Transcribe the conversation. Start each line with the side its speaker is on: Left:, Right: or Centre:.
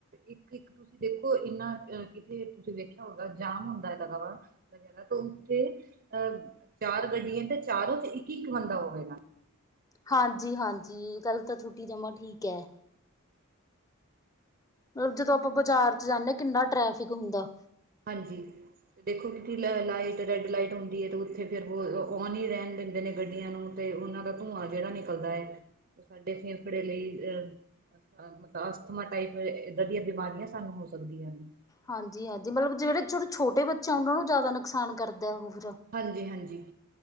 Right: ਇੱਕ ਇੱਕ ਤੁਸੀਂ ਦੇਖੋ ਇੰਨਾ ਐਨਾ ਕਿੱਥੇ ਤੁਸੀਂ ਵੇਖਿਆ ਹੋਗਾ ਜਾਮ ਹੁੰਦਾ ਹੈ ਲਗਾ ਵਾ। ਵਗੈਰਾ ਤੇ ਉੱਥੇ ਅਹ ਚਾਰ ਗੱਡੀਆਂ ਤੇ ਚਾਰੋਂ 'ਚ ਇੱਕ ਇੱਕ ਬੰਦਾ ਹੋਵੇਗਾ।
Left: ਹਾਂਜੀ ਹਾਂਜੀ ਗੱਲ ਤਾਂ ਤੁਹਾਡੀ ਜਮਾ ਠੀਕ ਹੈ। ਮਤਲਬ ਜਦੋਂ ਆਪਾਂ ਬਾਜ਼ਾਰ 'ਚ ਜਾਂਦੇ ਹਾਂ ਕਿੰਨਾ ਟ੍ਰੈਫਿਕ ਹੁੰਦਾ ਹੈ।
Right: ਹਾਂਜੀ। ਅਤੇ ਦੇਖੋ ਕਿ ਕੀ ਲ ਲਾਈਟ ਰੈੱਡ ਲਾਈਟ ਹੁੰਦੀ ਹੈ ਅਤੇ ਉੱਥੇ ਫਿਰ ਉਹ ਔਨ ਹੀ ਰਹਿਣ ਦੈਂਦੇ ਨੇ ਗੱਡੀਆਂ ਨੂੰ ਤੇ ਉਹਨਾਂ ਦਾ ਧੂੰਆਂ ਜਿਹੜਾ ਨਿਕਲਦਾ ਹੈ ਉਹ ਸਾਡੇ ਫੇਫੜੇ ਲਈ ਅਹ ਮਤਲਬ ਅਸਥਮਾ ਟਾਈਪ ਇਏਦਾਂ ਦੀਆਂ ਬਿਮਾਰੀਆਂ ਸਾਨੂੰ ਹੋ ਸਕਦੀਆਂ ਨੇ
Left: ਹਾਂਜੀ ਹਾਂਜੀ ਮਤਲਬ ਜਿਹੜੇ ਜੜੇ ਛੋਟੇ ਬੱਚੇ ਉਹਨਾਂ ਨੂੰ ਜ਼ਿਆਦਾ ਨੁਕਸਾਨ ਕਰਦਾ ਉਹ ਫਰਾ
Right: ਹਾਂਜੀ ਹਾਂਜੀ